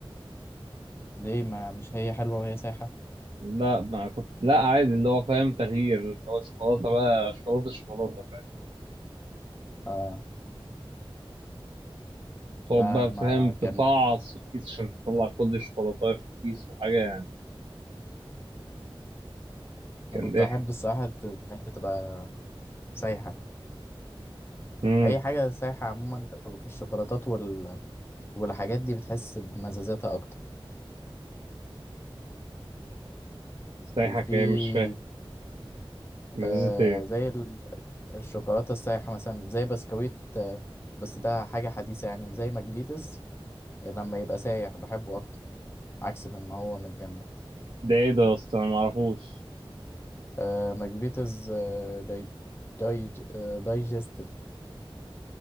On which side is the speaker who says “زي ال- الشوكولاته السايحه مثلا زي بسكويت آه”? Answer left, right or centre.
Left